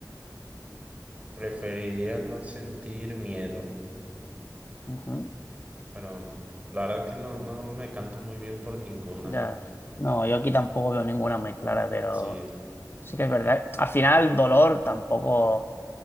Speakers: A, on the right; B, on the left.
A: preferiría no sentir miedo,
B: Ujú,
A: pero la verdad es que no, no me canto muy bien por ninguna.
B: Ya. No, yo aquí tampoco veo ninguna muy clara, pero...
A: Sí, es-
B: Sí que es verdad. Al final, dolor tampoco. O